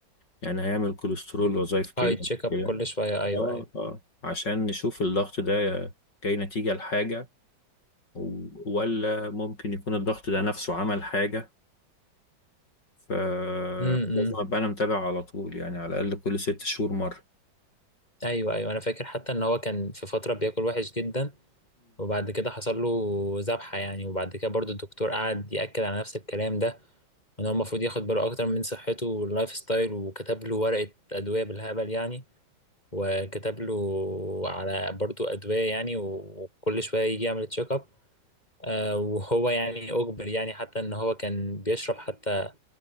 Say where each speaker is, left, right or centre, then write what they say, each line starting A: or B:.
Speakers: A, on the left; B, on the left.
A: يعني هيعمل كوليسترول وظائف كلى
B: اي تشيك اب
A: كده
B: كل شويه ايوه
A: اه
B: ايوه
A: اه عشان نشوف الضغط ده جاي نتيجة لحاجة و- ولا ممكن يكون الضغط ده نفسه عمل حاجة ف
B: امم
A: لازم ابقى انا متابع على طول يعني على الاقل كل ست شهور مرة
B: ايوه ايوه انا فاكر حتى ان هو كان في فتره بياكل وحش جدا وبعد كده حصل له ذبحه يعني وبعد كده برضو الدكتور قعد ياكد على نفس الكلام ده وان هو المفروض ياخد باله اكتر من صحته واللايف ستايل وكتب له ورقه ادويه بالهبل يعني وكتب له على برضو ادويه يعني وكل شويه يجي يعمل تشيك اب آه، وهو يعني أجبر يعني حتى إن هو كان بيشرب حتى